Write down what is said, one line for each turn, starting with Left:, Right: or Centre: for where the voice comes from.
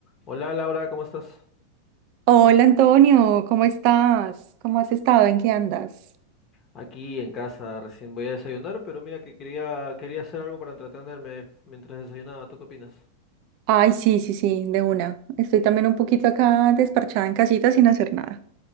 Left: Hola Laura, ¿cómo estás?
Right: Hola Antonio, ¿cómo estás? ¿Cómo has estado? ¿En qué andas?
Left: Aquí en casa, recién voy a desayunar, pero mira que quería, quería hacer algo para entretenerme mientras desayunaba. ¿Tú qué opinas?
Right: Ay, sí, sí, sí, de una. Estoy también un poquito acá desparchada en casita sin hacer nada.